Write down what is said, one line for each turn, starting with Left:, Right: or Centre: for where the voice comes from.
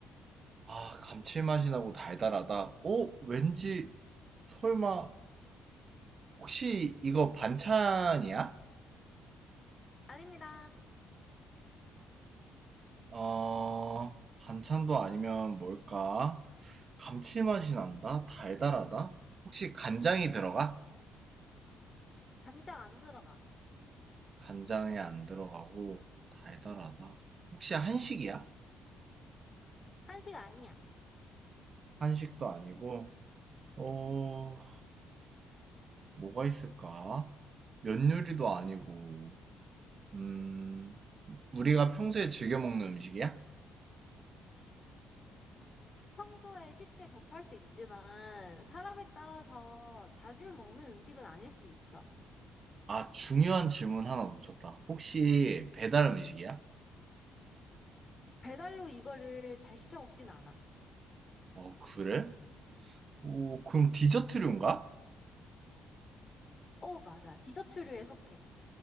Right: 아, 감칠맛이 나고 달달하다. 어, 왠지 설마 혹시 이거 반찬이야?
Left: 아닙니다.
Right: 어, 반찬도 아니면 뭘까? 감칠맛이 난다? 달달하다? 혹시 간장이 들어가?
Left: 간장 안 들어가.
Right: 간장에 안 들어가고 달달하다. 혹시 한식이야?
Left: 한식 아니야.
Right: 한식도 아니고, 어, 뭐가 있을까? 면 요리도 아니고, 음, 우리가 평소에 즐겨 먹는 음식이야?
Left: 평소에 쉽게 접할 수 있지만 사람에 따라서 자주 먹는 음식은 아닐 수 있어.
Right: 아, 중요한 질문 하나 놓쳤다. 혹시 배달 음식이야?
Left: 배달로 이거를 잘 시켜 먹진 않아.
Right: 어, 그래? 오, 그럼 디저트류인가?
Left: 어, 맞아. 디저트류에 속해.